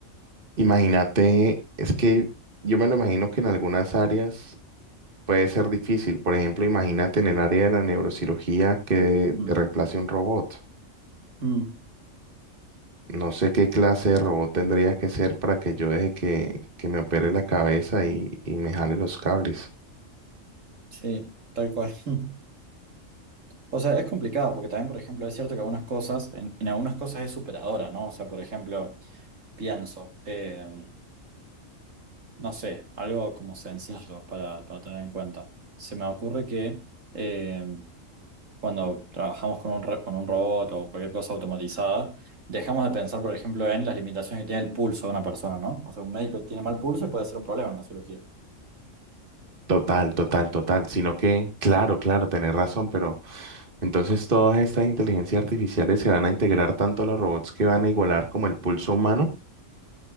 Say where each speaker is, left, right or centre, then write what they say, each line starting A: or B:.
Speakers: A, on the right (about 40°); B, on the right (about 70°).
A: Imagínate, es que yo me lo imagino que en algunas áreas puede ser difícil. Por ejemplo, imagínate en el área de la neurocirugía que
B: Mm.
A: te reemplace un robot.
B: Mm,
A: No sé qué clase de robot tendría que ser para que yo deje que, que me opere la cabeza y, y me jale los cables.
B: sí, tal cual. <laughs> O sea, es complicado porque también, por ejemplo, es cierto que algunas cosas, en, en algunas cosas es superadora, ¿no? O sea, por ejemplo, pienso, em, no sé, algo como sencillo para, para tener en cuenta. Se me ocurre que em, cuando trabajamos con un, ro- con un robot o cualquier cosa automatizada, dejamos de pensar, por ejemplo, en las limitaciones que tiene el pulso de una persona, ¿no? O sea, un médico tiene mal pulso y puede ser un problema en la cirugía.
A: Total, total, total. Sino que, claro, claro, tenés razón, pero Entonces todas estas inteligencias artificiales se van a integrar tanto a los robots que van a igualar como el pulso humano.